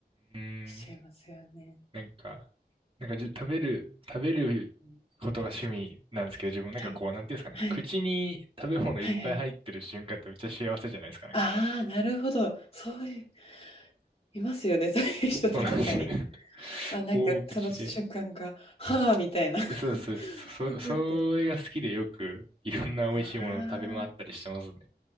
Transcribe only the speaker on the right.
うーん、
なんか、なんかじ、食べる、食べることが趣味なんですけど、自分なんかこう、
なんていうんですかね、
口に食べ物いっぱい入ってる瞬間ってめっちゃ幸せじゃないですか、
なんか。
そうなんですよね。<laughs>
大口で。
そうそう、そ、それが好きでよくいろんな美味しいものを食べ回ったりしてますね。